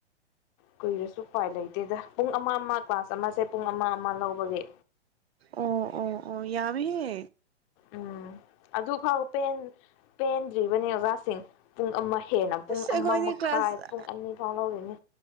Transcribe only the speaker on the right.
ꯑꯣ ꯑꯣ ꯑꯣ ꯌꯥꯃꯤ ꯍꯦ
ꯑꯁ ꯑꯩꯈꯣꯏꯗꯤ
ꯀ꯭ꯂꯥꯁ